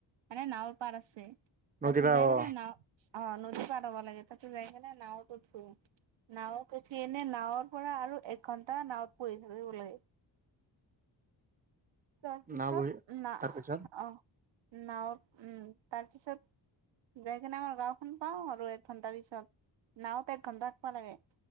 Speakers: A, on the right; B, on the right.
A: মানে নাঁৱৰ পাৰ আছে। তাতে
B: নদী বা
A: যাই
B: অ
A: গলে নাওঁ অ', নদী পাৰ হ'ব লাগে তাতে যাই গ'লে নাওঁত উঠো। নাওঁত উঠি এনে নাৱৰ পৰা আৰু এক ঘন্টা নাৱত পহি থাকিব লাগে তাৰপিছত
B: নাও বহি
A: না
B: তাৰপিছত
A: আহ নাওঁ উম তাৰপিছত যাই কিনে আমাৰ গাওঁখন পাওঁ আৰু এক ঘন্টা পিছত নাওতে এক ঘন্টা খিব লাগে